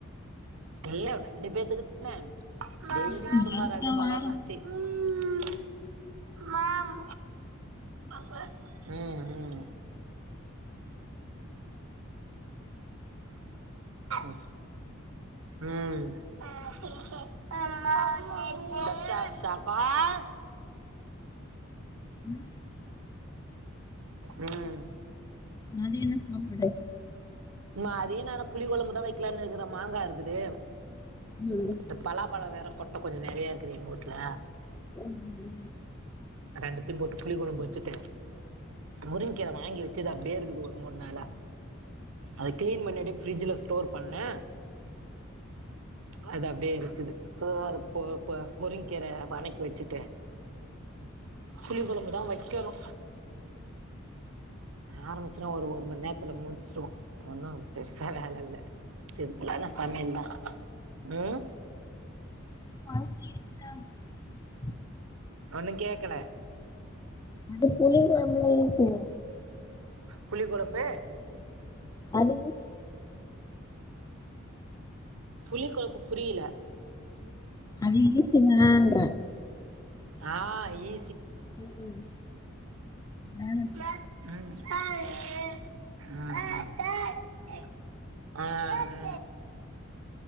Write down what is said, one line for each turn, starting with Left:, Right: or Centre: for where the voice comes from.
Right: இல்ல ரெண்டு பேத்துக்கு தானே டெய்லியுமே
Left: மாட்டே
Right: சும்மா
Left: அதுக்குதா
Right: ரெண்டு பழம்னாச்சு
Left: வாரந்தோறு
Right: ம் மாம் ம் ம் ம் ம்
Left: ம்
Right: ம்
Left: மதிய என்ன சாப்பாடு
Right: மதிய நேரோ புளி குழம்பு தா வைக்கலான்னு இருக்கிற மாங்கா இருக்குது
Left: மாங்கா
Right: இந்த பலாப்பழம் வேற கொட்ட கொஞ்ச நெறைய இருக்குது எங்க வூட்ல
Left: ம்
Right: ரெண்டத்தியும் போட்டு புளி கொளம்பு வச்சுட்டு முருங்கக்கீர வாங்கி வச்சுது அப்டியே இருக்குது ஒரு மூண் நாளா அத கிளீன் பண்ணிட்டு ஃபிரிட்ஜூல ஸ்டோர் பண்ணே அது அப்டியே இருக்குது சோ அத போ இப்போ முருங்கக்கீர வனைக்கு வச்சுட்டு புளி குழம்புதா வைக்கணு ஆரம்பி ச்சுனா ஒரு ஒரு மண் நேரத்துல முடிச்சிடுவோ ஒன்னு பெருசா வேல இல்ல சிம்பிளான சமையல் தா ம்
Left: <inaudible>
Right: ஒண்ணு கேக்கல
Left: அது புளி கொழம்புல இருக்குல்ல
Right: புளி கொழம்பு
Left: அது <inaudible>
Right: புளி குழம்பு புரில
Left: அது இனிப்புகான்ற
Right: ஆ இ
Left: ம் அ
Right: ம் ம் ம்ம் அ